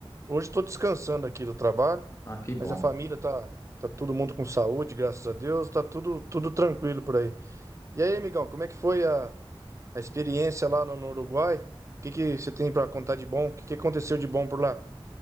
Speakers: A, on the right; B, on the left.
A: Hoje estou descansando aqui do trabalho,
B: Ah, que bom.
A: mas a família tá, tá todo mundo com saúde, graças a Deus, tá tudo, tudo tranquilo por aí. E aí, amigão, como é que foi a, a experiência lá no, no Uruguai? O que que você tem para contar de bom? O que que aconteceu de bom por lá?